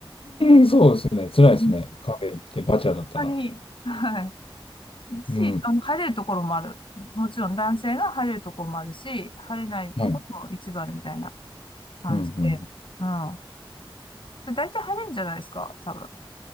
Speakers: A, on the left; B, on the left.
A: ん <laughs> そうですね。辛いですね。
B: うん
A: カフェ行ってバチャだったら。
B: ぱに、はい。し、
A: うん。
B: あの、入れるところもある。もちろん男性が入れるところもあるし、入れないところも一番みたいな
A: はい。
B: 感じで。
A: うん、
B: うん。で、大体入れるんじゃないですか、多分。